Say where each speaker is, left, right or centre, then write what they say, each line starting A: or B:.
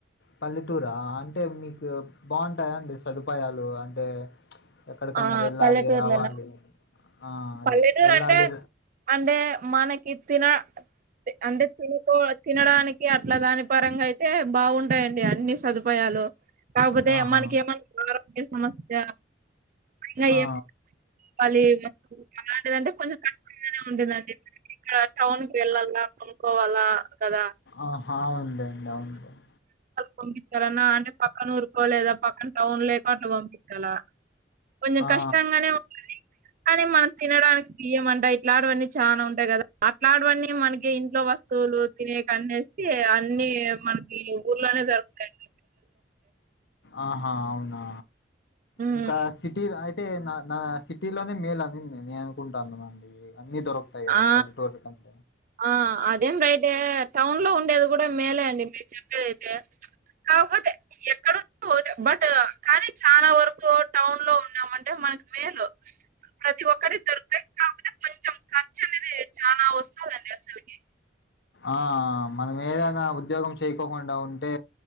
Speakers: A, on the left; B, on the right.
A: పల్లెటూరా అంటే మీకు బాగుంటాయా అండి సదుపాయాలు అంటే ఎక్కడికన్నా
B: ఆ
A: వెళ్ళాలి
B: పల్లెటూర్లోనా
A: రావాలి ఆ అదే
B: పల్లెటూరు
A: వెళ్ళాలి
B: అంటే అంటే మనకి తిన అంటే తినుకో తినడానికి అట్లా దాని పరంగా అయితే బాగుంటాయిండి అన్ని సాధుప్ పోయాలో కాకపోతే
A: ఆహా
B: అమనికి ఏమన్నా ఆరోగ్య సమస్య అయినా
A: ఆ
B: ఎమ్ మళ్ళీ అలాంటిదంటే కొంచెం కష్టంగానే ఉంటుందండి ఇంకా టౌన్కి వెళ్ళాల కొనుక్కోవాలా కదా
A: ఆహా అవున్లేండి అవున్లేండి
B: పంపించాలన్న అంటే పక్కన ఊరుకో లేదా పక్కన టౌన్ లేక అంటు పంపించాలా కొంచెం
A: ఆ
B: కష్టం గానే కానీ మనం తినడానికి బియ్యమంట ఇట్లాంటివన్నీ చాలా ఉంటాయి కదా అట్లాంటివన్నీ మనకి ఇంట్లో వస్త చోలు తినే కన్నేసి అన్నిమనకి ఊర్లోనే జరుగుతాయండి.
A: ఆహా అవునా
B: హ్మ్
A: ఇంకా సిటీలాయి అయితే నా నా సిటీలోనే మేలు అని నేను అనుకుంటాను అండి అన్ని దొరకు తాయి కదా
B: ఆ
A: పల్లెటూరు కంత
B: ఆ అదేం రైట టౌన్ లో ఉండేది కూడా మేలే అండి మీరు చెప్పేదితే అవుతే ఎక్కడ ఉన్న ఓకే బట్ కానీ చాలా వరకు టౌన్ లో ఉన్నామంటే మనకి మేలు ప్రతి ఒక్కరి దొరుకుతాయి కాకపోతే కొంచెం ఖర్చు అనేది చాలా వస్తుందండి అసలుకి
A: ఆ మనం ఏదైనా ఉద్యోగం చేయకోకుండా ఉంటే